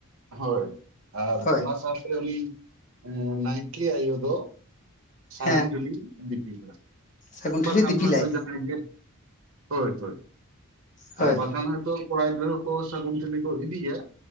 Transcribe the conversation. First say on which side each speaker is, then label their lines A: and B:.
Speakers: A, on the right; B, on the left.
A: ᱦᱳᱭ ᱟᱨ
B: ᱦᱳᱭ
A: ᱚᱱᱟ ᱥᱟᱶᱛᱮ ᱩᱱᱤ ᱱᱟᱭᱠᱮ ᱟᱭᱳ ᱫᱚ ᱥᱟᱹᱜᱩᱱ
B: ᱦᱮᱸ
A: ᱴᱮᱞᱤ ᱫᱤᱯᱤᱞᱟ,
B: ᱥᱟᱹᱜᱩᱱ
A: ᱵᱟᱠᱷᱟᱱ
B: ᱴᱷᱤᱞᱤ ᱫᱤᱯᱤᱞᱟᱭ
A: ᱫᱚ ᱦᱚᱭᱛᱚ ᱡᱟᱦᱟᱭ ᱜᱮ ᱦᱳᱭ ᱦᱳᱭ
B: ᱦᱳᱭ
A: ᱟᱨ ᱵᱟᱠᱷᱟᱱ ᱦᱚᱭᱛᱚ ᱠᱚᱲᱟ ᱜᱤᱫᱽᱨᱟᱹ ᱠᱚ ᱥᱟᱹᱜᱩᱱ ᱴᱷᱤᱞᱤ ᱠᱚ ᱤᱫᱤᱭᱟ,